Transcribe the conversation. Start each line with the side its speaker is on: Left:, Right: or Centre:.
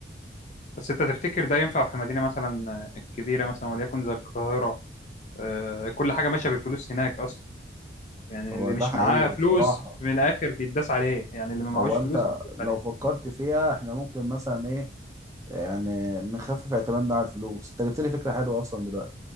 Left: بس انت تفتكر ده ينفع في مدينه مثلا كبيره مثلا وليكن زي القاهره آه، كل حاجه ماشيه بالفلوس هناك اصلا يعني
Right: هو
Left: اللي
Right: ده
Left: مش
Right: حقيقي
Left: معاه فلوس
Right: بصراحه
Left: في الاخر بيتداس عليه يعني اللي ما معهوش
Right: هو
Left: فلوس
Right: انت
Left: بيتداس
Right: لو
Left: عليه
Right: فكرت فيها احنا ممكن مثلا ايه يعني نخفف اعتمادنا على الفلوس انت جبت لي فكره حلوه اصلا دلوقتي